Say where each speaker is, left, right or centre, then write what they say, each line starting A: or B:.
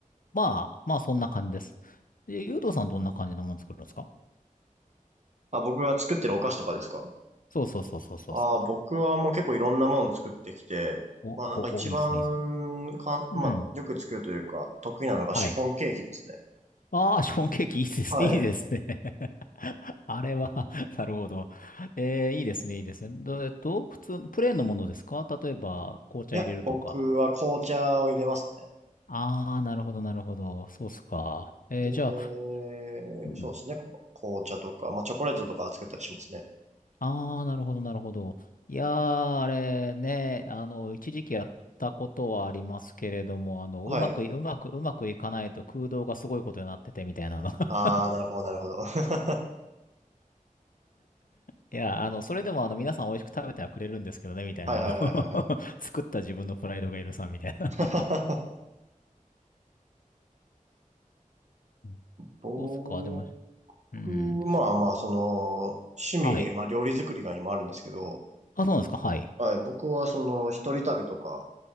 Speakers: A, on the left (about 75°); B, on the right (about 55°).
A: まあ、まあそんな感じです。で、ゆうとさんどんな感じのもの作るんですか
B: うんあ、僕が作ってるお菓子とかですか
A: そうそうそうそうそうそ
B: ああー僕はもう結構いろんなもの作ってきて、
A: う。
B: まあなんか一番かん、
A: お、お、お、いいですね、いいですね。うん。
B: まあよく作るというか、得意なのがシフォンケーキですね。
A: はい。ああ、ショーンケーキいいですね、
B: はい。
A: いいですね。<laughs> あれは <laughs> なるほど。えー、いいですね、いいですね。どえっと、普通の、プレーンのものですか例えば、紅茶入れるとか。
B: いや、僕は紅茶を入れますね。
A: ああ、なるほど、なるほど。そうっすか。えー、
B: で、
A: じゃあ、うん
B: そうですね。紅茶とか、まあチョコレートとか作ったりしますね。
A: ああ、なるほど、なるほど。いやー、あれね、あの、一時期やったことはありますけれども、あの、
B: はい。
A: うまくい、うまく、うまくいかないと空洞がすごいことになっててみたいなのが。<laughs>
B: ああ、なるほど、なるほど。<laughs>
A: いや、あの、それでもあの、皆さん美味しく食べてはくれるんですけどね、みたいな、
B: はいはいはいはいはい。
A: あの <laughs> 作った自分のプライドが許さんみたいな。うん
B: <laughs>
A: <laughs>
B: ぼ
A: そうっすか、でも、うん。
B: 僕、まあまあ、その、趣味、
A: はい。
B: まあ料理作りが今あるんですけど、
A: あ、そうなんですか、はい。
B: はい、僕はその、一人旅とか、